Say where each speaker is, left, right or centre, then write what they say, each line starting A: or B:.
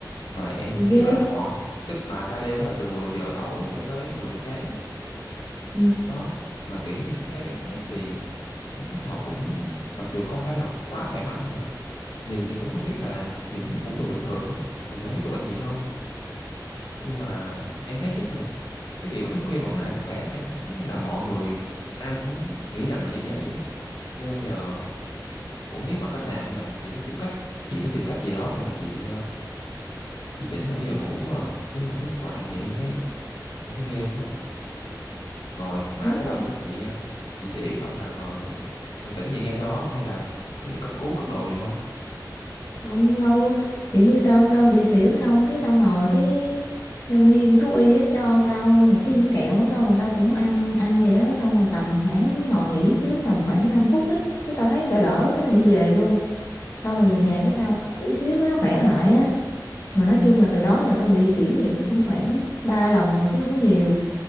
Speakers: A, on the left (about 80°); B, on the left (about 40°).
A: mà em
B: gì ghê
A: tức là họ tức mà ca đêm á là từ 10 giờ tối cho tới 10 giờ sáng
B: ừ,
A: đó mà kiểu như theo em thấy thì em thấy họ cũng mặc dù không phải là quá khỏe mạnh mà nhìn thì cũng không biết là nhìn thấy cũng người bình thường á mặc dù không biết có bệnh gì không nhưng mà em thấy chắc là cái việc mà thức khuya mà có hại sức khỏe là em biết giống như là mọi người ai cũng nghĩ rằng là như vậy á cho nên giờ cũng không biết bằng cách nào nhưng mà chắc chị phải tìm cách chị phải tìm cách gì đó để mà chị ờ, chị chỉnh lại cái giờ ngủ à. chứ mà thức hoài như vậy em thấy em thấy ghê quá à. rồi mà
B: đó
A: cái đợt đó chị ờ, chị xỉu xong là rồi, rồi tỉnh dậy ngay sau đó không hay là cứ đi cấp cứu cấp đồ gì không
B: không đâu kiểu như tao tao bị xỉu xong cái tao ngồi cái nhân viên thú y á cho tao một cái viên kẹo á, xong rồi tao cũng ăn ăn vậy đó xong rồi tầm khoảng ngồi nghỉ xíu tầm khoảng 5 phút ấy, cái tao thấy đỡ đỡ cái tao đi về luôn xong
A: ừ.
B: rồi về nhà cái tao nằm nghỉ xíu cái nó khỏe lại á mà nói chung là từ đó giờ tao bị xỉu vậy chắc cũng khoảng 3 lần rồi chứ không có nhiều